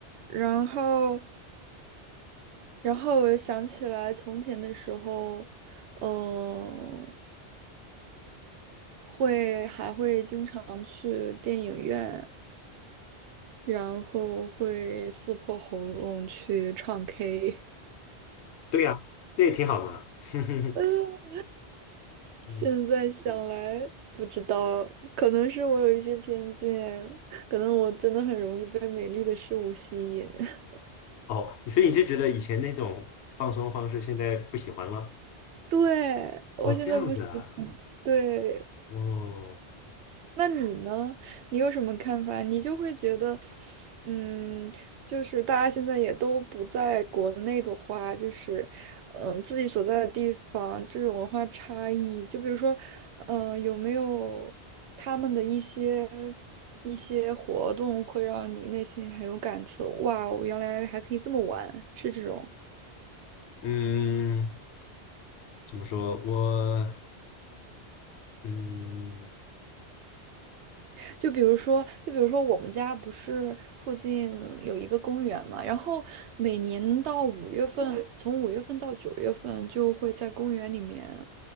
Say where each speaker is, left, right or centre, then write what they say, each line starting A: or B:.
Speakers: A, on the right; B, on the left.
A: 然后，然后我又想起来从前的时候，嗯，会还会经常去电影院。然后会撕破喉咙去唱 K。
B: 对呀、这也挺好的。<laughs>
A: <laughs>
B: 嗯，
A: 现在想来，不知道，可能是我有一些偏见，可能我真的很容易被美丽的事物吸引。<laughs>
B: 哦，所以你是觉得以前那种放松方式现在不喜欢了？
A: 对，我现在不行，
B: 哦，这样子啊。
A: 对，
B: 哦，
A: 那你呢？你有什么看法？你就会觉得，嗯，就是大家现在也都不在国内的话，就是，嗯，自己所在的地方这种文化差异，就比如说，嗯，有没有他们的一些一些活动会让你内心很有感触？哇，我原来还可以这么玩，是这种。
B: 嗯，怎么说？我嗯。
A: 就比如说，就比如说我们家不是附近有一个公园嘛，然后每年到五月份，从五月份到九月份就会在公园里面，